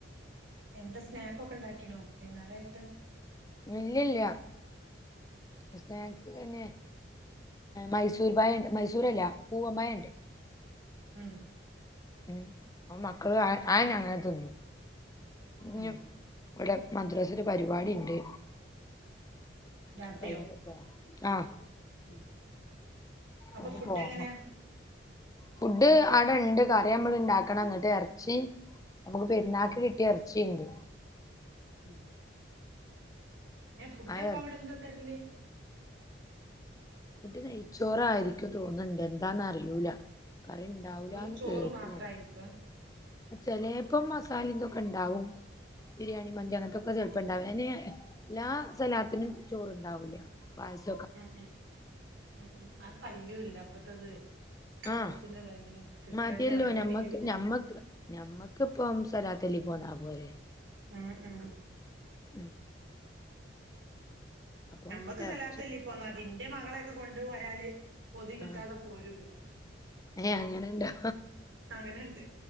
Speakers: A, on the right; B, on the left.
A: എന്താ സ്നാക്ക് ഒക്കെ ഉണ്ടാക്കീനോ വൈകുന്നേര ആയിട്ട്
B: ഇല്ലില്ല സ്നാക്ക് തന്നെ മൈസൂർ പായണ്ട് മൈസൂരല്ല പൂവമ്പായ ണ്ട്
A: ഉം
B: ഉ അപ്പ മക്കള് ആഹ് ആയന്നെ അ ങ്ങ തിന്നും നി
A: ഏ
B: ഓരെ മദ്രസയിൽ പരിപാടിണ്ട്
A: രാത്രിയോ
B: അപ്പ അയിനൊക്ക പോണം ആഹ്
A: ഉം അപ്പൊ
B: അതിന്
A: ഫുഡ്
B: പോണം
A: എങ്ങനെയാ
B: ഫുഡ് അവിടെണ്ട് കറിയമ്മള് ഉണ്ടാക്കണം എന്നിട്ട് എറച്ചി നമ്മ ക്ക് പെരുന്നാക്ക്
A: ഉം
B: കി ട്ടിയ എറച്ചിണ്ട്
A: ഉം ഏഹ് ഫുഡപ്പ
B: ആ എർ
A: അവിടെ എന്താ തരല്
B: ഫുഡ്‌ നെയ്ച്ചോറ് ആയിരിക്കും തോന്നുണ്ട് എന്താന്നറിയൂല കറി ണ്ടാവൂലാന്ന്
A: വെറും ചോറ്
B: കേട്ടു
A: മാത്രായിരിക്കോ
B: ഞാൻ ചെലേപ്പം മസാലെ തൊക്കെ ഉണ്ടാവും ബിരിയാണി മന്തി
A: ഉം
B: അതൊക്കൊക്കെ
A: ഉം
B: ണ്ടാവൂല ഇനി എല്ലാ സ്വലാത്തിനും ചോറുണ്ടാവൂല്ല പായസ
A: ങേഹ് ഉം ഉം ആ കഴിയൂല്ല അപ്പത്തത് സാധനത്തിന്റെ
B: ആഹ്
A: വെലയും കിട്ടേണ്ടി
B: മതിയല്ലോ
A: വരോ
B: ഞമ്മക്ക്
A: പിരിവിന്
B: ഞമ്മക്ക് ഇപ്പം സ്വലാത്തൊല്ലി പോന്നാ പോരെ
A: ഉം ഉം
B: ഉം അപ്പം
A: നമ്മക്ക് സ്വലാത്തൊല്ലി
B: എറച്ചി
A: പോന്നാമതി ന്റെ മകളെക്കെ കൊണ്ടു പോയാല് പൊതി കിട്ടാതെ
B: ആഹ്
A: പോരൂല
B: ഏഹ് അങ്ങനെ ഉണ്ടോ
A: അങ്ങനുണ്ട്